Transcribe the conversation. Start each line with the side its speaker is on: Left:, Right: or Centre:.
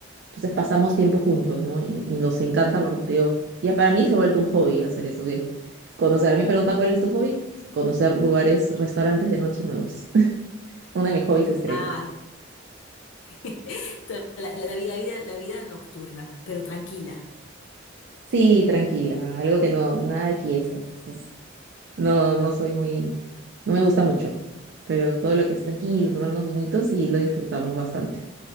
Right: Entonces pasamos tiempo juntos, ¿no? Y, y nos encanta, porque te digo, ya para mí se ha vuelto un hobby hacer eso, que conocer. Me pregunta cuál es tu hobby, conocer lugares, restaurantes de noche nuevos. <laughs> Uno de mis hobbies estrella.
Left: Ay, <laughs> la, la- la vida, la vida, la vida nocturna, pero tranquila,
Right: Sí, tranquila, algo que no, nada de fiestas. Entonces, No, no soy muy, no me gusta mucho, pero todo lo que es tranquilo, tomar unos vinitos y lo disfrutamos bastante.